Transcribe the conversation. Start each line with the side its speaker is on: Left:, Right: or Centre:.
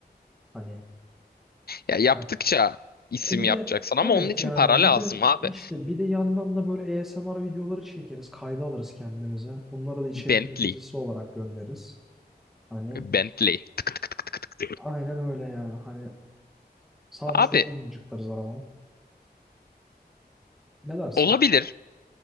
Centre: Hani
Left: Ya yaptıkça
Centre: yani,
Left: isim
Centre: e bir
Left: yapacaksın
Centre: de
Left: ama
Centre: evet
Left: onun için
Centre: yani
Left: para
Centre: bir
Left: lazım
Centre: de
Left: abi.
Centre: işte bir de yandan da böyle ASMR videoları çekeriz, kayda alırız kendimize. Bunları da içerik
Left: Bentley.
Centre: üreticisi olarak göndeririz. Hani
Left: Bentley. Tık tık tık tık tık.
Centre: aynen öyle yani. Hani sağını
Left: Abi
Centre: solunu mıncıklarız arabanın. Ne dersin?
Left: olabilir.